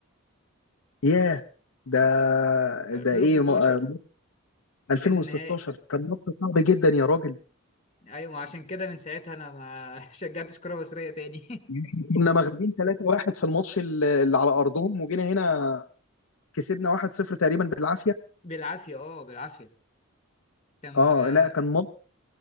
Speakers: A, on the left; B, on the left.
A: ياه ده
B: 2016
A: ده إيه ما... آه، 2016
B: كان النهائي
A: كان ماتش صعب جدا يا راجل
B: ايوه ما عشان كده من ساعتها انا ما <laughs> شجعتش كرة مصرية تاني
A: احنا كنا مغلوبين 3-1 في الماتش ال- اللي على ارضهم وجينا هنا كسبنا 1-0 تقريبا بالعافيه
B: <laughs> بالعافية اه بالعافية كان
A: اه
B: آه،
A: لا كان ماتش